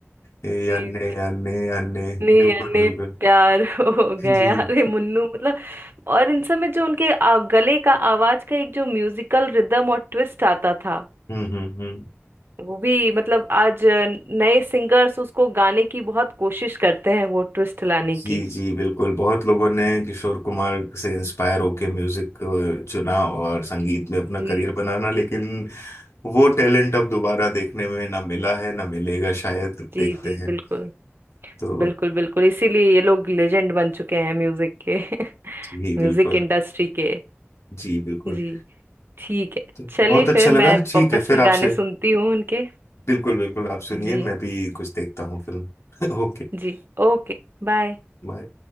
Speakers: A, on the left; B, on the right.
A: ये
B: जी
A: अन्य अन्य अन्य
B: नी
A: बिल्कुल
B: यानी
A: बिल्कुल
B: प्यार <laughs> हो
A: जी
B: गया अरे मुन्नू मतलब और इन सब में जो उनके आ, गले का आवाज का एक जो म्यूजिकल रिदम और ट्विस्ट आता था
A: हम्म हम्म हम्म
B: वो भी मतलब आज नए सिंगर्स उसको गाने की बहुत कोशिश करते हैं वो ट्विस्ट लाने
A: जी
B: की
A: जी बिल्कुल बहुत लोगों ने किशोर कुमार से इंस्पायर होके म्यूजिक चुना और संगीत में अपना
B: जी
A: करियर बनाना लेकिन वो टैलेंट अब दोबारा देखने में ना मिला है ना मिलेगा शायद
B: जी
A: देखते
B: जी
A: हैं
B: बिल्कुल
A: तो
B: बिल्कुल बिल्कुल इसीलिए ये लोग लेजेंड बन चुके हैं म्यूजिक के <laughs>
A: जी बिल्कुल
B: म्यूजिक इंडस्ट्री के
A: जी बिल्कुल
B: जी ठीक है
A: तो
B: चलिए
A: बहुत अच्छा
B: फिर
A: लगा
B: मैं
A: ठीक
B: वापस
A: है फिर
B: से
A: आपसे
B: गाने सुनती हूँ उनके
A: बिल्कुल बिल्कुल आप सुनिए
B: जी
A: मैं भी कुछ देखता हूँ फिल्म <laughs> Okay
B: जी ओके बाय
A: bye